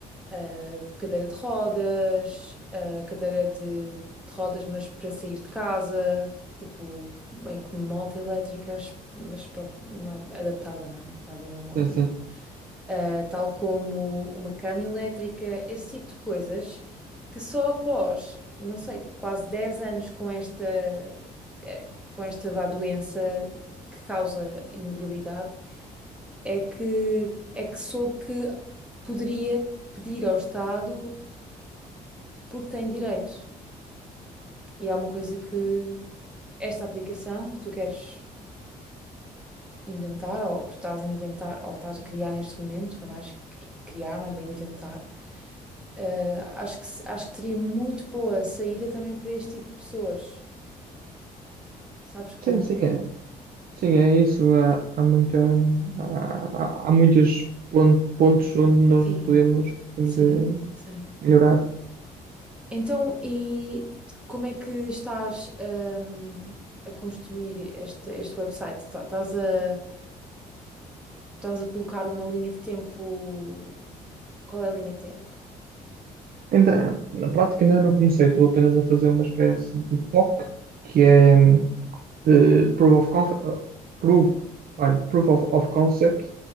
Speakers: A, in the centre; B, on the right.
A: eh, cadeira de rodas, eh, cadeira de, de rodas, mas para sair de casa, tipo meio que moto elétricas, mas pronto, não é adaptada, não é? Não é bem uma moto
B: sim, sim.
A: ah, tal como uma cama elétrica, esse tipo de coisas, que só após, não sei, quase 10 anos com esta, eh, com esta vá doença que causa imobilidade, é que, é que soube que poderia pedir ao Estado porque tem direito. E é uma coisa que esta aplicação que tu queres inventar ou que estás a inventar ou estás a criar neste momento, eu acho que criar não é bem inventar. Eh, acho que, se- acho que teria muito boa saída também para este tipo de pessoas, sabes? Com...
B: Sim, sim, é, sim, é isso. Há, há, muita, há, há há muitos pon- pontos onde nós
A: Sim,
B: podemos, podemos
A: sim,
B: eh,
A: sim.
B: Melhorar.
A: Então, e como é que estás, hum, a construir este, este website? Tá- Estás a, Estás a colocar uma linha de tempo. Qual é a linha de tempo?
B: Ainda, na prática ainda não comecei, estou apenas a fazer uma espécie de POC, que é eh, Proof of Conf- Proof, olha, Proof of, of Concept